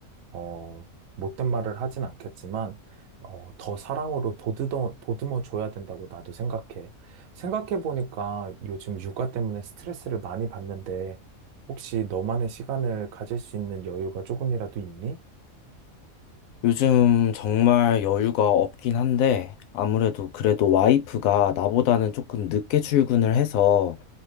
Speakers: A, on the right; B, on the left.
A: 어, 못된 말을 하진 않겠지만, 어, 더 사랑으로 보듬어, 보듬어 줘야 된다고 나도 생각해. 생각해보니까 요즘 육아 때문에 스트레스를 많이 받는데, 혹시 너만의 시간을 가질 수 있는 여유가 조금이라도 있니?
B: 요즘 정말 여유가 없긴 한데, 아무래도 그래도 와이프가 나보다는 조금 늦게 출근을 해서,